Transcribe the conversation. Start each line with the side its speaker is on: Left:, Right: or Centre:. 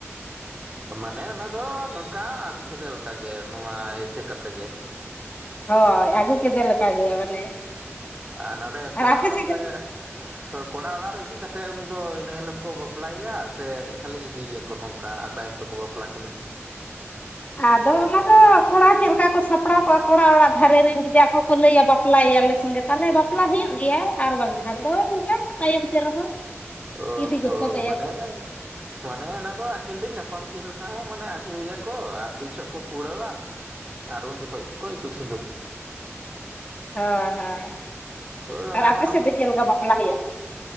Right: ᱢᱟᱱᱮ ᱚᱱᱟ ᱫᱚ ᱱᱚᱝᱠᱟ ᱟᱹᱜᱩ ᱠᱮᱫᱮ ᱞᱮᱠᱟᱜ ᱜᱮ ᱱᱚᱣᱟ ᱮᱥᱮ ᱠᱟᱛᱮ ᱜᱮ
Left: ᱦᱳᱭ ᱟᱹᱜᱩ ᱠᱮᱫᱮ ᱞᱮᱠᱟ ᱜᱮ ᱢᱟᱱᱮ
Right: ᱟᱨ ᱱᱟᱸᱰᱮ ᱠᱚᱲᱟ
Left: ᱟᱨ ᱟᱯᱮ
Right: ᱚᱲᱟᱜ
Left: ᱥᱮᱫ
Right: ᱨᱮ ᱦᱳᱭ ᱠᱚᱲᱟ ᱚᱲᱟᱜ ᱨᱮ ᱤᱫᱤ ᱠᱟᱛᱮᱫ ᱩᱱᱤ ᱫᱚ ᱤᱱᱟᱹ ᱦᱤᱞᱳᱜ ᱠᱚ ᱵᱟᱯᱞᱟᱭᱮᱭᱟ ᱥᱮ ᱠᱷᱟᱹᱞᱤ ᱤᱫᱤᱭᱮᱭᱟᱠᱚ ᱱᱚᱝᱠᱟ ᱟᱨ ᱛᱟᱭᱚᱢ ᱛᱮᱠᱚ ᱵᱟᱯᱞᱟ ᱵᱟᱯᱞᱟ ᱠᱤᱱᱟ
Left: ᱟᱫᱚ ᱚᱱᱟ ᱫᱚ ᱠᱚᱲᱟ ᱪᱮᱫ ᱞᱮᱠᱟ ᱠᱚ ᱥᱟᱯᱲᱟᱣ ᱠᱚᱜᱼᱟ ᱠᱚᱲᱟ ᱚᱲᱟᱜ ᱫᱷᱟᱨᱮ ᱨᱮᱱ ᱡᱩᱫᱤ ᱟᱠᱚ ᱠᱚ ᱞᱟᱹᱭᱟ ᱵᱟᱯᱞᱟᱭᱮᱭᱟ ᱞᱮ ᱥᱚᱸᱜᱮ ᱛᱮ ᱛᱟᱦᱚᱞᱮ ᱵᱟᱯᱞᱟ ᱦᱩᱭᱩᱜ ᱜᱮᱭᱟ ᱟᱨ ᱵᱟᱝᱠᱷᱟᱱ ᱫᱚ ᱱᱚᱝᱠᱟ ᱛᱟᱭᱚᱢ ᱛᱮ ᱨᱮᱦᱚᱸ
Right: ᱚ
Left: ᱤᱫᱤ
Right: ᱦᱚᱸ
Left: ᱜᱚᱥᱚ ᱠᱟᱭᱟ
Right: ᱢᱟᱱᱮ
Left: ᱠᱚ
Right: ᱢᱟᱱᱮ ᱚᱱᱟ ᱫᱚ ᱟᱹᱠᱤᱱ ᱛᱮ ᱧᱟᱯᱟᱢ ᱠᱤᱱ ᱞᱮᱠᱟ ᱦᱚᱸ ᱢᱟᱱᱮ ᱟᱹᱜᱩᱮᱭᱟᱠᱚ ᱟᱨ ᱛᱤᱥ ᱦᱚᱸᱠᱚ ᱠᱩᱲᱟᱹᱣᱟ ᱟᱨ ᱩᱱ ᱡᱚᱠᱷᱚᱡ ᱠᱚ ᱤᱛᱩᱡ ᱥᱤᱸᱫᱩᱨ
Left: ᱦᱳᱭ ᱦᱳᱭ ᱦᱳᱭ
Right: ᱦᱳᱭ ᱚᱱᱟ
Left: ᱟᱨ ᱟᱯᱮ
Right: ᱦᱚᱸ
Left: ᱥᱮᱫ ᱫᱚ ᱪᱮᱫ ᱞᱮᱠᱟ ᱵᱟᱯᱞᱟ ᱦᱩᱭᱩᱜᱼᱟ